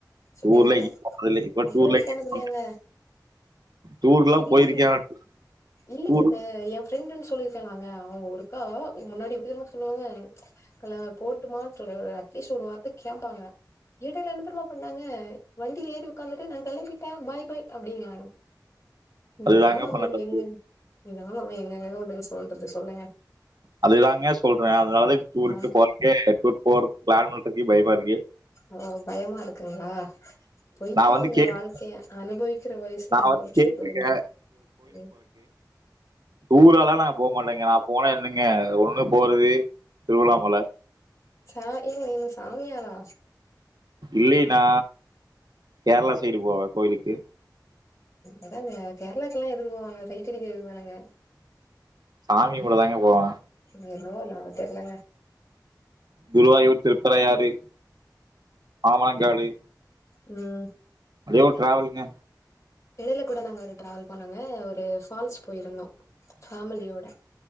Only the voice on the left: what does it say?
ச்சோ
என்னங்க
டூரே
போனதில்லையாங்க
இல்லிங்க
இல்லிங்க
அந்த எ ஃப்ரண்டு சொல்லிருக்கேனாங்க அவ ஒருக்கா உங் முன்னாடி எப்டி தெரிமா சொல்வாங்க தல போட்டுமான் சொல்லு அட்லீஸ்ட் ஒரு வார்த்த கேப்பாங்க எடைல என்ன தெரிமா பண்ணாங்க வண்டில ஏறி உக்காந்துட்டு நா கெளம்பிட்டே பாய் பாய் அப்டிங்றாங்
இதெல்லா நம்ம
எங்கங் இதெல்லா நம்ம எங்கங்க கொண்டு போய் சொல்றது சொல்லுங்க
ஆ
ஓ பயமா இருக்குங்ளா போய்ட்டு
வாங்க
வாழ்க்கைய அனுபவிக்ற வயசுல
அனுபவிச்சுட்டு
போயர்னு ம் ஆஹ <inaudible>
ஆ ஏங்க நீங்க சாமியாரா
அதாங்க கேரளாக்கு எல்லா எதுக்கு போவாங்க சைட்டு அடிக்கறதுக்கு தானங்க
நி என்னவோ நா தெர்லங்க
ம்
எடையில கூட நாங்க ஒரு டிராவல் போனோங்க ஒரு ஃபால்ஸ் போயிருந்தோ ஃபேமிலியோட